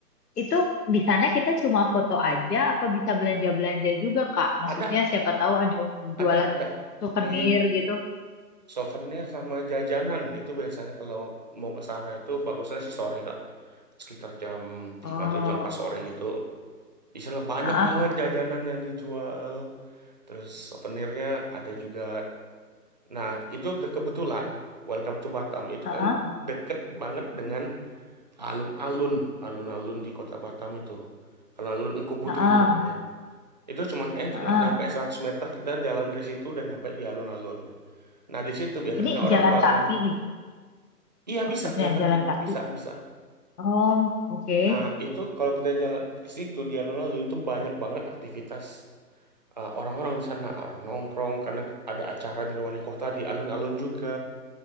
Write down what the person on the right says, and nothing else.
ada,
Ah,
ada, ada
di
Souvenir sama jajanan itu biasanya kalau mau ke sana itu bagusnya sih sore Kak. Sekitar jam 3
atau jam 4 sore gitu. Biasanya banyak
banget jajanan yang dijual. Terus souvenirnya ada juga. Nah, itu udah kebetulan. Welcome to Batam. Itu
kan deket banget dengan alun-alun. Alun-alun di kota Batam itu. Alun-alun Engku Putri
namanya. Itu cuma kayaknya
nggak
nyampe 100 meter kita jalan dari situ udah nyampe di alun-alun. Nah, di situ biasanya
orang
bangun
Iya
bisa jalan kaki,
bisa bisa.
Nah itu kalau kita jalan ke situ di alun-alun itu banyak banget aktivitas eh, orang-orang di sana, orang nongkrong, kadang ada acara dari wali kota di alun-alun juga,